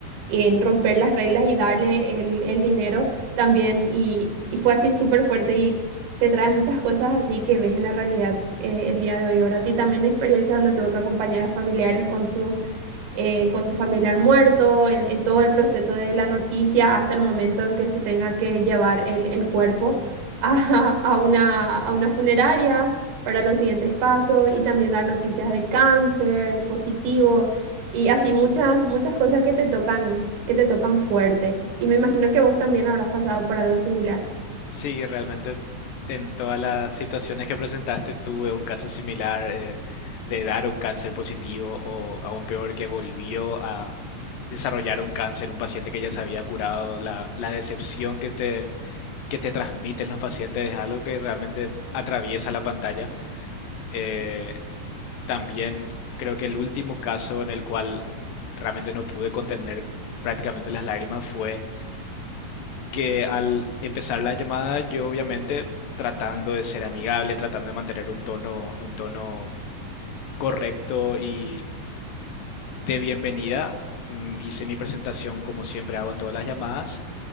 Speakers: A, on the right (about 85°); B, on the left (about 75°).
A: en romper las reglas y darle el el dinero también y, y fue así súper fuerte y te trae muchas cosas así que ves en la realidad eh, el día de hoy, ¿verdad? Y también experiencias donde tuve que acompañar a familiares con su, eh, con su familiar muerto, en, en todo el proceso de la noticia hasta el momento en que se tenga que llevar el, el cuerpo <laughs> a, a una, a una funeraria para los siguientes pasos y también dar noticias de cáncer positivo. Y así muchas, muchas cosas que te tocan, que te tocan fuerte. Y me imagino que vos también habrás pasado por algo similar.
B: Sí, realmente en todas las situaciones que presentaste tuve un caso similar eh, de dar un cáncer positivo o aún peor que volvió a desarrollar un cáncer, un paciente que ya se había curado, la, la decepción que te, que te transmiten los pacientes es algo que realmente atraviesa la pantalla. Eh, También creo que el último caso en el cual realmente no pude contener prácticamente las lágrimas fue que al empezar la llamada yo obviamente tratando de ser amigable, tratando de mantener un tono, un tono correcto y de bienvenida, mm, hice mi presentación como siempre hago en todas las llamadas